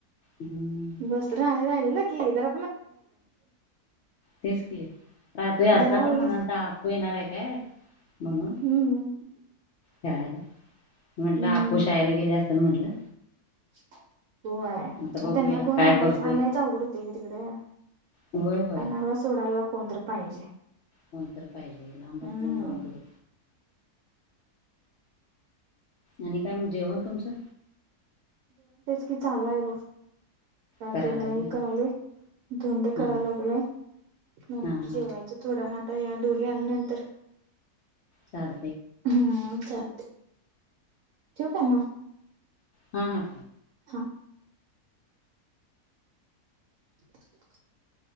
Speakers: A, on the left; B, on the right.
A: हम्म
B: मस्त रा राहिलेला कि जर
A: तेच की रात आता
B: जरा
A: पण
B: उगच
A: म्हणाल तर अकू येणार आहे काय म्हणून
B: हम्म
A: खेळायला म्हटलं
B: हम्म
A: अ्कू शाळेला गेली असल म्हटलं
B: <inaudible> होय
A: आता बघूया
B: त्यांना कोण
A: काय
B: आणायच
A: करतोय
B: आणायचं आवघड होते तिकडे
A: होय होय
B: आणायला सोडायला कोणतर पाहिजे
A: कोणतर पाहिजना बसनं
B: हम्म
A: अवघड आणि काय मग जेवण तुमचं
B: क चालू आहे बघ
A: करायला
B: ते जरा
A: लागेल
B: हे
A: हा
B: करायलोय धोंडे करायला
A: हा
B: लागलोय म्ह
A: हा हा
B: जेवायच थोडंवेळानं आ दोघी आल्या नंतर
A: चाल
B: हम्म चाल ठिव काय म
A: हा हा
B: हा <inaudible>